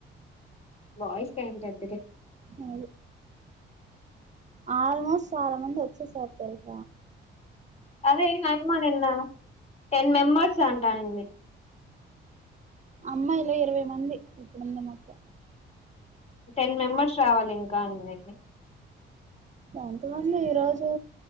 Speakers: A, on the left; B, on the right.
A: బాయిస్ <unintelligible>
B: హు ఆల్మోస్ట్ చాలా మంది వచ్చే సార్ తెలుస
A: అదే అమో నిన్న టెన్ మెంబర్స్ అంటనినింది
B: అమ్మాలో ఇరవై మంది ఇప్పుడుంది మోత్తం
A: టెన్ మెంబర్స్ రావాలి ఇంకా అనింది
B: ఎంతమంది ఈ రోజు